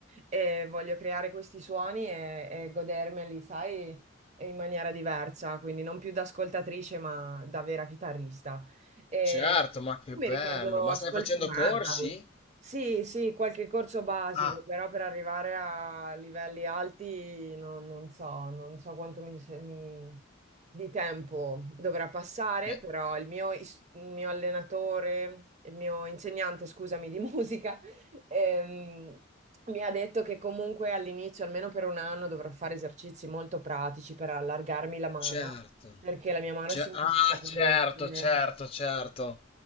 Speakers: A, on the right (about 35°); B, on the left (about 30°).
A: e voglio creare questi suoni e, e godermeli, sai, in maniera diversa, quindi non più da ascoltatrice, ma da vera chitarrista. E
B: Certo, ma che
A: mi
B: bello.
A: ricordo
B: Ma
A: ascolti
B: stai facendo
A: metal.
B: corsi?
A: Sì, sì, qualche corso basico,
B: Ah,
A: però per arrivare a livelli alti non, non so, non so quanto mi, se- mi- di tempo dovrà passare,
B: beh,
A: però il mio, is- il mio allenatore, il mio insegnante, scusami, di musica, <laughs> ehm, mi ha detto che comunque all'inizio, almeno per un anno, dovrò fare esercizi molto pratici per allargarmi la mano,
B: certo.
A: perché la mia mano
B: Ce-
A: sinistra
B: ah,
A: comunque
B: certo, certo, certo.